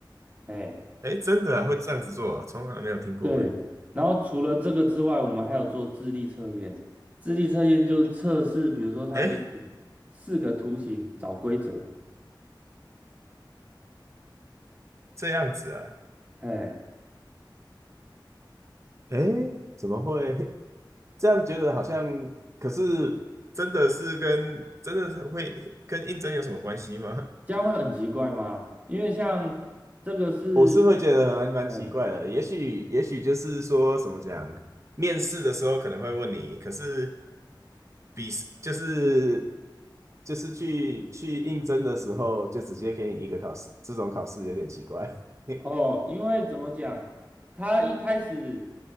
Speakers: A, on the right; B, on the right.
A: 哎。
B: 哎，真的啊，会这样子做啊？从来没有听过哎
A: 对，然后除了这个之外，我们还有做智力测验。智力测验就测试，比如说他给你四个图形找规则，
B: 哎，这样子啊，
A: 嘿，
B: 诶，怎么会 <laughs> 这样？觉得好像，可是真的是跟真的是会跟应征有什么关系吗？
A: 这样会很奇怪吗？因为像这个是日，
B: 我是会觉得还蛮奇怪的，
A: 嗯，
B: 也许也许就是说怎么讲，面试的时候可能会问你，可是比就是就是去去应征的时候就直接给你一个考试，这种考试有点奇怪。<laughs>
A: 哦，因为怎么讲，他一开始